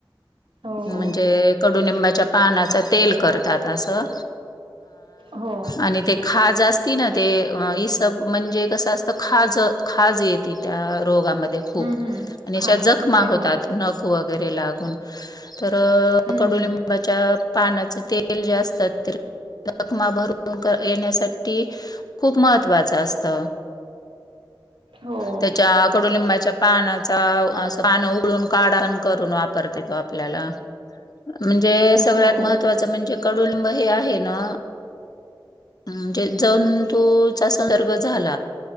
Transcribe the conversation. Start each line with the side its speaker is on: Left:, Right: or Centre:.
Right: हो
Left: म्हणजे कडुनिंबाच्या पानाचा तेल करतात. त अ
Right: हो
Left: आणि ते खाज असती. ना, ते इ सब म्हणजे कसं असतं खाज खाज येते. त्या, रोगामध्ये खूप
Right: हम्म हम्म खाज
Left: अशा जखमा
Right: सुटते
Left: होतात.
Right: हो
Left: नकवक, घरी लागून तर
Right: हम्म
Left: कडूलिबाचा
Right: हम्म
Left: तेल, असतात जखमा भरू येण्यासाठी, खूप महत्त्वाच असत,
Right: हो
Left: त्याच्या कडुलिंबाच्या, पानाचा अस पान उळून, काढ करून वापरत तो, आपल्याला म्हणजे सगळ्यात
Right: हो
Left: महत्त्वाचं म्हणजे, कडुलिंब हे आहे ना, म्हणजे जऊन तुचा संसर्ग झाला,